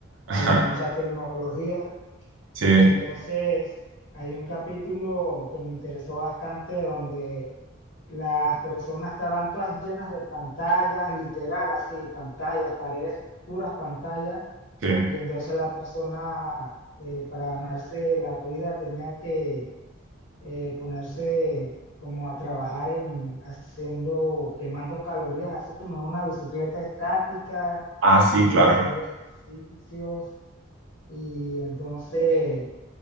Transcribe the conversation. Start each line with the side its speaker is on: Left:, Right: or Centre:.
Right: Ajá,
Left: y mucha tecnología.
Right: sí,
Left: Y entonces hay un capítulo que me interesó bastante donde las personas estaban todas llenas de pantallas, literal, así, pantallas, paredes, puras pantallas.
Right: sí.
Left: Y entonces la persona, eh, para ganarse la vida, tenía que eh, ponerse como a trabajar en haciendo, quemando calorías, así como en una bicicleta estática
Right: Ah, sí,
Left: y
Right: claro.
Left: haciendo ejercicios. Y entonces